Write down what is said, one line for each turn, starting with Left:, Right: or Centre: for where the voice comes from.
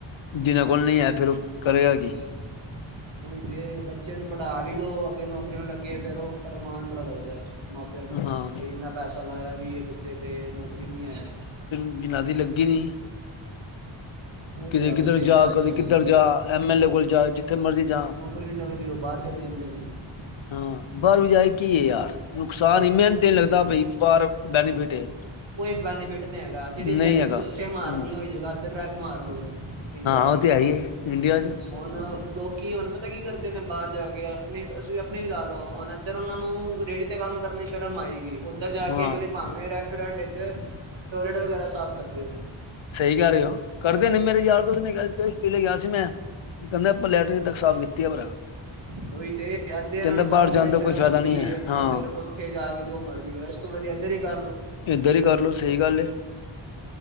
Left: ਜਿਨਾਂ ਕੋਲ ਨਹੀਂ ਹੈ ਫਿਰ ਕਰੇਗਾ
Right: ਕਰਿਆ।
Left: <unintelligible>
Right: ਉਹੀ ਤੇ ਬੱਚਿਆਂ ਨੂੰ ਪੜ੍ਹਾ ਵੀ ਲੋਓ, ਅੱਗੇ ਨੌਕਰੀ ਨਾਲ ਲੱਗੇ ਫੇਰ ਉਹ ਅਮਾਨ ਬੜਾ ਲੱਗਦਾ। ਮਾਪਿਆਂ ਨੂੰ
Left: ਹਾਂ
Right: ਬਈ ਇੰਨਾ ਪੈਸਾ ਲਾਇਆ, ਵੀ ਇਹ ਬੱਚੇ ਤੇ ਨੌਕਰੀ ਨੀ ਹੈ।
Left: ਨਦੀ ਲੱਗੀ ਨੀ,
Right: ਉਹ
Left: ਕਿਤੇ
Right: ਤੇ ਹੈ
Left: ਕਿੱਧਰ
Right: ਬਥੇਰੇ
Left: ਜਾ
Right: ਬੈਠੇ
Left: ਕਦੇ ਕਿੱਧਰ,
Right: ਨੇ ਹੁਣ
Left: ਜਾ ਐਮ ਐਲ ਏ ਕੋਲ ਜਾ ਜਿੱਥੇ ਮਰਜ਼ੀ ਜਾ,
Right: ਰੀ ਨੀ ਲੱਗਦੀ ਉਹ ਬਾਹਰ ਚਲੇ ਜਾਂਦੇ ਨੇ, <unintelligible>
Left: ਹਾਂ ਬਾਹਰ ਵੀ ਜਾਏ ਕੀ ਹੈ ਯਾਰ ਨੁਕਸਾਨ ਹੀ ਮਿਹਨਤ ਨਹੀਂ ਲੱਗਦਾ ਬਈ ਬਾਹਰ ਬੈਨੀਫਿਟ ਹੈ
Right: ਕੋਈ ਬੈਨੀਫਿਟ ਨਹੀਂ ਹੈਗਾ, ਜਿਹੜੀ
Left: ਨਹੀਂ
Right: ਦਿਹਾੜੀ
Left: ਹੈਗਾ
Right: ਤੁਸੀਂ ਉੱਥੇ ਮਾਰਨੀ
Left: ਹਮ
Right: ਹੋਈ ਜਗ੍ਹਾ ਇੱਧਰ ਜਾ ਕੇ ਮਾਰ ਲੋੋ। ਇੰਡੀਆ ਚ
Left: ਉਹ
Right: ਹੀ
Left: ਤੇ
Right: ਹਾਂ
Left: ਹੈ
Right: ਆ।
Left: ਹੈ ਇੰਡੀਆ ਚ
Right: ਹੁਣ ਲੋਕੀ ਹੁਣ ਪਤਾ ਕੀ ਕਰਦੇ ਨੇ, ਬਾਹਰ ਜਾ ਕੇ ਆਪਣੇ ਤੁਸੀਂ ਆਪਣੇ ਹੀ ਲਾ ਲਓ ਹੁਣ ਇੱਧਰ ਉਹਨਾਂ ਨੂੰ ਰੇਡੀ ਕੰਮ ਕਰਨੀ ਸ਼ਰਮ ਆਏਗੀ। ਉੱਧਰ ਜਾ
Left: ਹਾਂ
Right: ਕੇ ਅਗਲੇ ਪਾਵੇਂ ਰੈਸਟੋਰੈਂਟ ਵਿੱਚ ਟੋਇਲਟ ਵਗੈਰਾ ਸਾਫ਼ ਕਰਦੇ ਹੋਣ
Left: ਸਹੀ ਕਹਿ ਰਹੇ ਹੋ ਕਰਦੇ ਨੇ ਮੇਰੇ ਯਾਰ ਦੋਸਤ ਨੇ ਕਿਹਾ <unintelligible> ਪਲੇ ਗਿਆ ਸੀ ਮੈਂ ਕਹਿੰਦੇ ਅਪਾ ਲਤ੍ਰਿਨ ਤੱਕ ਸਾਫ਼ ਕੀਤੀ ਹੈ ਭਰਾ
Right: ਉਹੀ ਤੇ ਇਧੇ ਇਹਨਾਂ
Left: ਕਹਿੰਦਾ
Right: ਨੂੰ ਕੰਮ
Left: ਬਾਹਰ ਜਾਣ
Right: ਕਰਨ
Left: ਦਾ
Right: ਸ਼ਰਮ
Left: ਕੋਈ ਫਾਇਦਾ
Right: ਆਉਂਦੀ
Left: ਨਹੀਂ ਹੈ
Right: ਏ ਆਪਣਾ
Left: ਹਾਂ
Right: ਫੇਰ ਉੱਥੇ ਜਾ ਕੇ ਜੋ ਮਰਜ਼ੀ ਕਰੈ ਓਹ ਇੱਧਰ ਹੀ ਕਰ ਲਓ
Left: ਇੱਧਰ ਹੀ ਕਰ ਲਓ ਸਹੀ ਗੱਲ ਏ